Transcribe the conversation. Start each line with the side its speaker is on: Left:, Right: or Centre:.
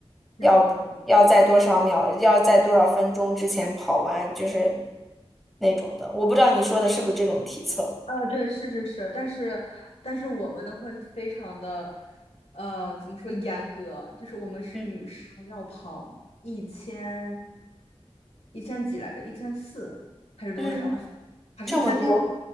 Left: 这样子。
Centre: 要要在多少秒，要在多少分钟之前跑完，就是那种的。我不知道你说的是不是这种体测。
Left: 啊，对，是是是，但是但是我们的会非常的，呃，怎么说严格？就是我们是女生要跑一千
Centre: 嗯，
Left: 一千几来着，一千四还是多少？
Centre: 嗯，
Left: <laughs> 还是一千六？
Centre: 这么多，